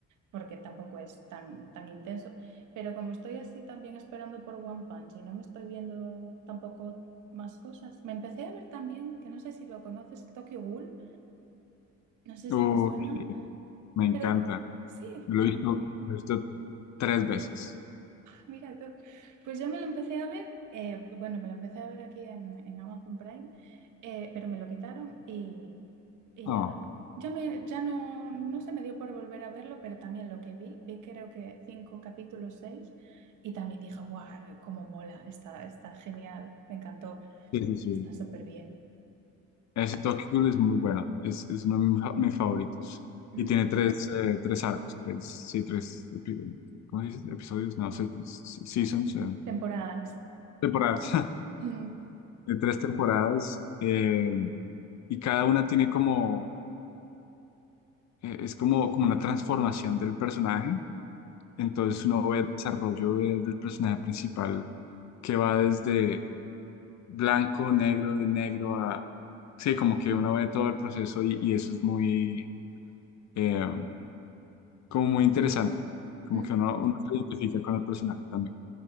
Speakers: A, on the right; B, on the left.
A: porque tampoco es tan, tan intenso, pero como estoy así también esperando por One Punch y no me estoy viendo tampoco más cosas, me empecé a ver también, que no sé si lo conoces, Tokyo Ghoul. No sé
B: Uy,
A: si te suena,
B: me
A: pero
B: encanta.
A: sí.
B: Lo
A: Ah,
B: he visto, lo he visto tres veces.
A: mira tú. Pues yo me lo empecé a ver, eh, bueno, me lo empecé a ver aquí en, en Amazon Prime, eh, pero me lo quitaron y, y
B: Oh,
A: ya, ya, me, ya no, no se me dio por volver a verlo, pero también lo que vi, vi creo que cinco capítulos, seis, y también dije, ¡guau! ¡Cómo mola! Está, está genial, me encantó,
B: sí, sí, sí.
A: está súper bien.
B: Ese Tokyo Ghoul es muy bueno. Es, es uno de mis fa- mis favoritos.
A: Mm,
B: Y tiene tres, eh, tres arcos, tres, sí, tres, epi- ¿cómo se dice? Episodios, no, se- se- seasons, eh,
A: Temporadas.
B: temporadas. <laughs>
A: Mm,
B: De tres temporadas. eh, y cada una tiene como, eh, es como, como una transformación del personaje Entonces uno ve el desarrollo de- del personaje principal que va desde blanco, negro, de negro a... Sí, como que uno ve todo el proceso y, y eso es muy, eh, como muy interesante. Como
A: ujú.
B: que uno, uno se identifica con el personaje también.